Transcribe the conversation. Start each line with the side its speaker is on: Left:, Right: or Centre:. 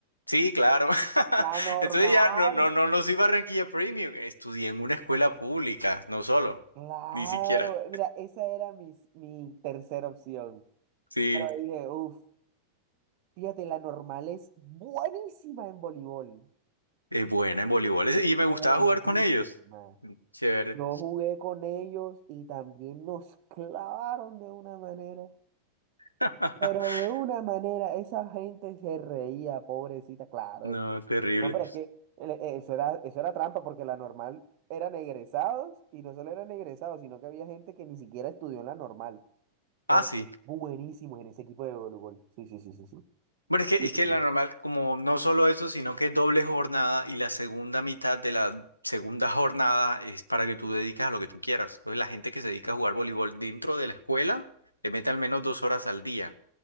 Left: Sí, claro. <laughs>
Right: La normal.
Left: Entonces ya no, no, no, no soy Barranquilla Premium. Estudié en una escuela pública, no solo,
Right: Claro.
Left: ni siquiera.
Right: Mira, esa era mis- mi tercera opción.
Left: Sí.
Right: Pero dije, uff, fíjate, la normal es buenísima en voleibol.
Left: Es buena en voleibol. Es- Y me gustaba
Right: Buenísima.
Left: jugar con ellos. Chévere.
Right: Yo jugué con ellos y también nos clavaron de una manera.
Left: <laughs>
Right: Pero de una manera, esa gente se reía, pobrecita, claro.
Left: No, terrible.
Right: No, pero es que eh, eh, eso era, eso era trampa porque la normal eran egresados y no solo eran egresados, sino que había gente que ni siquiera estudió en la normal, pero
Left: Ah, sí.
Right: son buenísimos en ese equipo de voleibol. Sí, sí, sí, sí, sí.
Left: Bueno, es que,
Right: Muy
Left: es que
Right: bueno.
Left: la normal, como no solo eso, sino que es doble jornada y la segunda mitad de la segunda jornada es para que tú dedicas a lo que tú quieras. Entonces, la gente que se dedica a jugar voleibol dentro de la escuela le mete al menos dos horas al día.